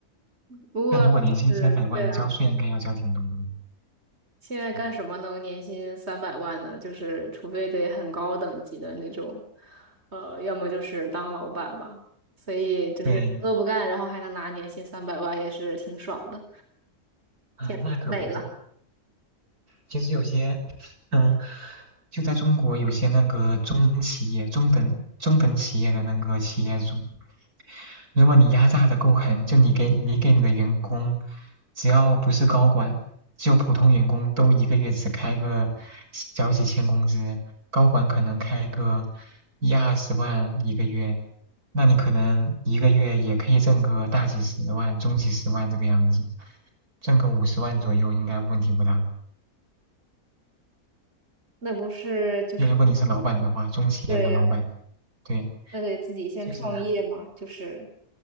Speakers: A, on the right; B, on the right.
A: 不过就是对啊，
B: 但如果年薪三百万，交税应该要交挺多的。
A: 现在干什么能年薪三百万呢？
B: 嗯
A: 就是除非得很高等级的那种，呃，要么就是当老板吧。所以就是什么都不干，
B: 对，
A: 然后还能拿年薪三百万，也是挺爽的。
B: 啊，
A: 天，
B: 那可不止。
A: 美了！
B: 其实有些，嗯，就在中国有些那个中企业、中等中等企业的那个企业主，如果你压榨的够狠，就你给你给你的员工，只要不是高管，就普通员工都一个月只开个小几千工资，高管可能开个一二十万一个月，那你可能一个月也可以挣个大几十万、中几十万这个样子，挣个五十万左右应该问题不大。
A: 那不是就是
B: 就如果你是老板的话，中企业的老板，
A: 对呀
B: 对，
A: 那得自己先创业嘛，
B: 就是
A: 就是